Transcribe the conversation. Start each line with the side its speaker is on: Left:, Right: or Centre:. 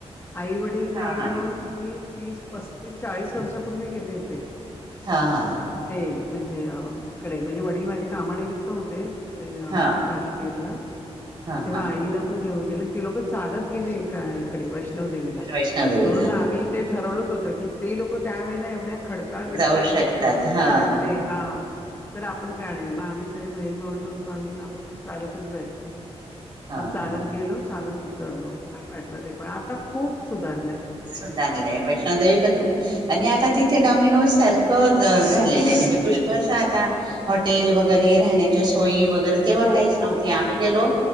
Left: आई वडील जवळजवळ
Right: हा हा
Left: किती तीस, पस्तीस चाळीस वर्षापूर्वी गेले होते
Right: हा हा
Left: ते म्हणजे तिकडे म्हणजे वडील माझे कामानिमित्त होते. तीकडे
Right: हा
Left: काश्मीरला
Right: हा
Left: तेव्हा
Right: हा
Left: आईला पण घेऊन आगं ती लोक चालत गेले काय? वैष्णव देवीला
Right: वैष्णवदेवीला
Left: म्हणून आम्ही ते ठरवलंत होत की ते लोक त्या वेळेला एवढ्या खडकाळ विडकाळ
Right: जाऊ
Left: हच्यातन
Right: शकतात हा
Left: चडले हां तर आपण काय नाही मग आम्ही सगळे बहीण भावंड होतो. <unintelligible> लून आपण पण चालतच जायचं
Right: हा
Left: मग चालत
Right: हा
Left: गेलो. चालत उतरलो. छान वाटलं ते पण आता खूप सुधा
Right: सुधारलय वैष्णवदेवी पण खूप आणि आता तिथे डॉ <unintelligible> सारखं झालेलं म्हणजे पुष्कळ शे आता हॉटेल वगैरे राहण्याच्या सोयी वगैरे तेव्हा
Left: खूप
Right: काहीच
Left: खूप
Right: नव्हते आम्ही गेलो